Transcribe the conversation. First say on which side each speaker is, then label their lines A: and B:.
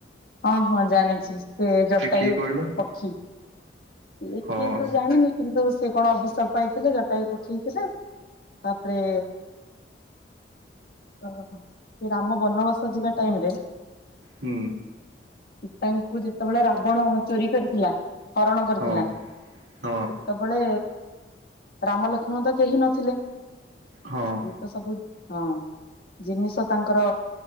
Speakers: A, on the left (about 55°); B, on the right (about 85°).
A: ହଁ, ହଁ ଜାଣିଛି। ସେ ଜଟୟୁ
B: କିଏ କହିଲ
A: ପକ୍ଷୀ ଇ
B: ହଁ
A: କିଏ ତ ଜାଣିନି। କିନ୍ତୁ ସେ କଣ ଅଭିଷପ ପାଇଥିଲେ, ଯଟା ବି ପକ୍ଷେଇ ହେଥିଲେ, ତାପରେ ସେ ରାମ ବନବାସ ଯିବା ଟାଇମ୍ ରେ
B: ହୁଁ।
A: ସିତାଙ୍କୁ ଯେତେବେଳେ ରାବଣ ଚୋରି କରିଥିଲା ହରଣ କରିଥିଲା।
B: ହଁ ହଁ
A: ସେବୁବେଳେ ରାମ ଲକ୍ଷ୍ମୀ ତ କେହି ନଥିଲେ।
B: ହଁ
A: ସିଏ ତ ସବୁ ହଁ ଜିନିଷ ତାଙ୍କର